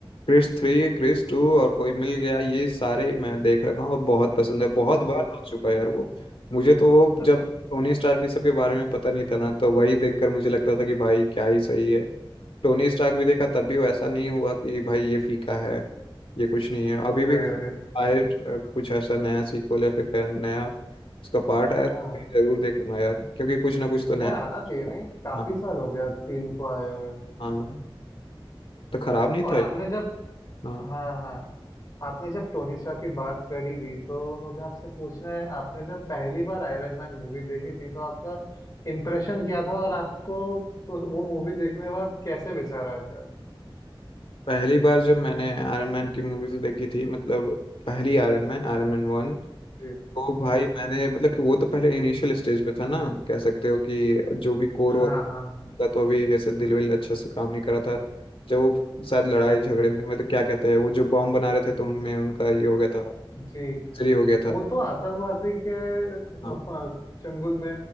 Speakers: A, on the left (about 75°); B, on the left (about 40°).
A: क्रिश थ्री क्रिश टू और कोई मिल गया ये सारे मैं देख रखा हूँ और बहुत पसंद है बहुत
B: जी
A: बार देख चुका है यार वो मुझे तो वो
B: अच्छा
A: जब टोनी स्टार्क ये सब के बारे में पता नहीं था ना तो वही देखकर मुझे लगता था कि भाई क्या ही सही है टोनी स्टार्क भी देखा तब भी वो ऐसा नहीं हुआ कि भाई ये फीका है ये कुछ नहीं है अभी भी
B: अरे अरे
A: आए अ, कुछ ऐसा नया सीक्वल या फिर फैन नया उसका पार्ट आया
B: हाँ
A: तो मैं जरूर देखूंगा यार क्योंकि कुछ ना कुछ तो नया
B: यार आना चाहिए नहीं काफी
A: हाँ
B: साल हो गया तीन को आए हुए
A: हाँ तो खराब नहीं
B: और
A: था
B: आपने
A: ये।
B: जब
A: हाँ
B: हाँ हाँ आपने जब टोनी स्टार्क की बात कर ही ली तो मुझे आपसे पूछना है आपने जब पहली बार आयरन मैन मूवी देखी थी तो आपका इम्प्रेशन क्या था और आपको उस- वो मूवी देखने के बाद कैसे विचार आया था
A: पहली बार जब मैंने आयरन मैन की मूवीज देखी थी मतलब पहली Iron Man Iron Man one
B: जी
A: तो भाई
B: जी
A: मैंने मतलब कि वो तो पहले इनिशियल स्टेज पे था ना कह सकते हो कि जो भी कोर
B: हाँ हाँ हाँ
A: था तो अभी ऐसे दिल विल अच्छे से काम नहीं करा था जब वो शायद लड़ाई झगड़े में मतलब क्या कहते हैं वो जो बॉम्ब बना रहे थे तो उनमें उनका ये हो गया था
B: जी
A: फ्री हो गया था
B: वो तो आतंकवादी के अ, प-
A: हाँ
B: चंगुल में